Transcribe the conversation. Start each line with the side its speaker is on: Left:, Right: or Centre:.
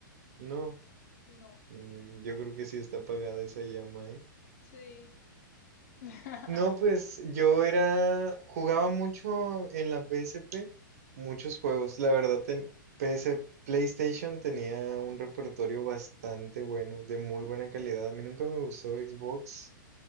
Right: No,
Left: No,
Right: mm, yo creo que sí está apagada esa llama, ¿eh?
Left: sí. <laughs>
Right: No, pues yo era, jugaba mucho en la PSP, muchos juegos. La verdad, ten- PS PlayStation tenía un repertorio bastante bueno, de muy buena calidad. A mí nunca me gustó Xbox.